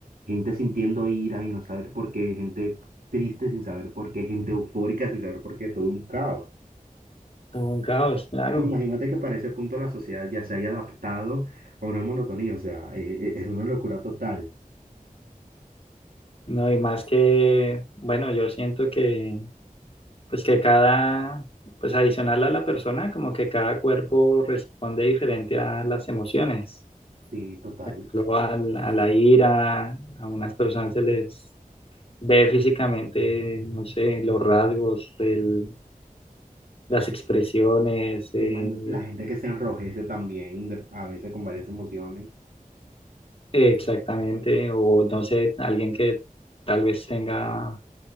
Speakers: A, on the right; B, on the left.
A: gente sintiendo ira y no saber por qué, gente triste sin saber por qué, gente eufórica sin saber por qué, todo un caos.
B: Todo un caos, claro.
A: Imagínate que para ese punto la sociedad ya se haya adaptado a una monotonía, o sea, e- e- es, una locura total.
B: No, y más que, bueno, yo siento que pues que cada pues adicional a la persona, como que cada cuerpo responde diferente a las emociones.
A: Sí, total.
B: Por ejemplo, al- a la ira, a unas personas se les ve físicamente, no sé, los rasgos, el- las expresiones, eh,
A: Imagínate la gente que se enrojece también, de- a veces con varias emociones.
B: exactamente, o no sé, alguien que tal vez tenga